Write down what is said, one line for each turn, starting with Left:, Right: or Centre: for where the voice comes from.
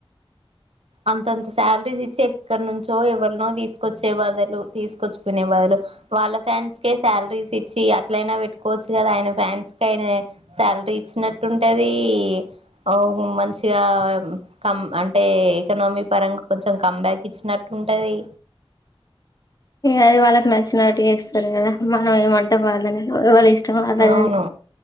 Right: అంతంత శాలరీస్ ఇచ్చి ఎక్కడ నుంచో ఎవరినో తీసుకొచ్చే బదులు తీసుకొచ్చుకునే బదులు వాళ్ళ ఫ్యాన్స్కే శాలరీస్ ఇచ్చి అట్లయినా పెట్టుకోవచ్చు కదా ఆయన ఫ్యాన్స్ కైనా శాల్ ఇచ్చినట్టుంటది అవ్ హో మంచిగా కమ్ అంటే ఎకనామీ పరంగా కొంచెం కమ్ బ్యాక్ ఇచ్చినట్టు ఉంటాది.
Left: ఇంగ అది వాళ్ళకి నచ్చినట్టు చేస్తారు కదా మనమేమ్ అంటాం వాళ్ళని వాళ్ళి ఇష్టం వాళ్ళది.
Right: అవును